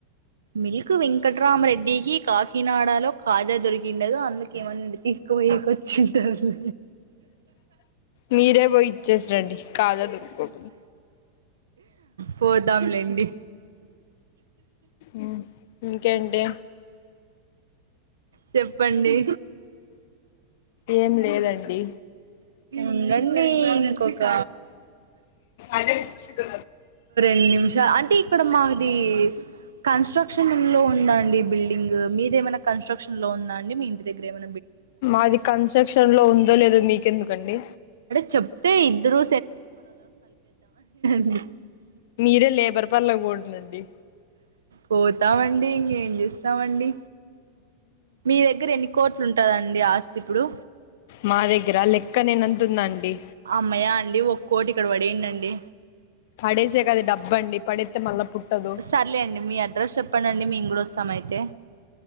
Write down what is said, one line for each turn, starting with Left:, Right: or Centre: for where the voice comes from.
Right: మిల్క్ వెంకట్రామరెడ్డికి కాకినాడలో కాజా దొరికిండదు అందుకేమన్నాండిది. కోయి కుచ్చంటాది.
Left: మీరే పోయి ఇచ్చేసి రండి కాదదు ఒ
Right: పోదాంలేండి
Left: మ్ ఇంకేంటి
Right: చెప్పండి
Left: ఏం లేదండి
Right: ఉండండి ఇంకొక
Left: అదే శిక్ష
Right: నిమిషా అంటే ఇక్కడ మాది కన్స్ట్రక్షన్ లో ఉందా అండి బిల్డింగ్ మీద ఏమైనా కన్స్ట్రక్షన్ లో ఉందా అండి మీ ఇంటి దగ్గర ఏమై
Left: మాది కన్స్ట్రక్షన్ లో ఉందో లేదో మీకెందుకండి
Right: అంటే చెప్తే ఇద్దరు అ
Left: మీరే లేబర్ పనులకు బంటందండి
Right: పోతామండి ఇంకేం చేస్తామండి మీ దగ్గర ఎన్ని కోట్లుంటదండి ఆస్తి ఇప్పుడు?
Left: మా దగ్గర లెక్క నేనంత ఉన్నా అండి
Right: అమ్మయా అండి ఒక్కోటి ఇక్కడ పడేండండి.
Left: పడేసే కది డబ్బండి పడేత్తే మళ్ళా పుట్టదు
Right: సరలే అండి మీ అడ్రస్ చెప్పండండి మేం కూడా వస్ సమైతే